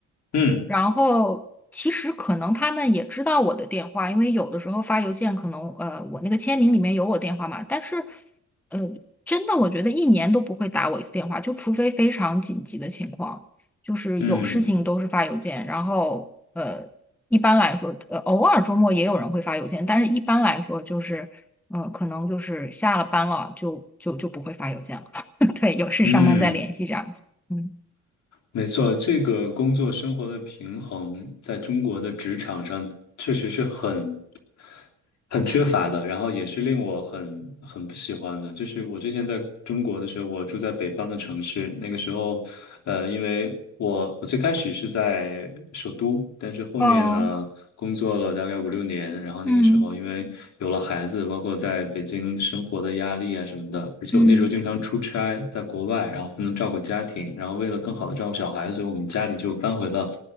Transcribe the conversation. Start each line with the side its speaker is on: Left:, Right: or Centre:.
Left: 嗯
Centre: 然后其实可能他们也知道我的电话，因为有的时候发邮件可能呃我那个签名里面有我电话嘛，但是呃真的我觉得一年都不会打我一次电话，就除非非常紧急的情况，就是有事情都是发邮件，
Left: 嗯
Centre: 然后呃一般来说呃偶尔周末也有人会发邮件，但是一般来说就是呃可能就是下了班了就就就不会发邮件了，<laughs> 对，有事上班再联系这样子。
Left: 嗯。
Centre: 嗯。
Left: 没错，这个工作生活的平衡在中国的职场上确实是很很缺乏的，然后也是令我很很不喜欢的。就是我之前在中国的时候，我住在北方的城市，那个时候，呃，因为我我最开始是在首都，但是后面呢。
Centre: 哦，
Left: 工作了大概五六年，然后那个时候因为有了孩子，
Centre: 嗯
Left: 包括在北京生活的压力啊什么的，而且我那时候经常出差，
Centre: 嗯，
Left: 在国外，然后不能照顾家庭，然后为了更好的照顾小孩，所以我们家里就搬回了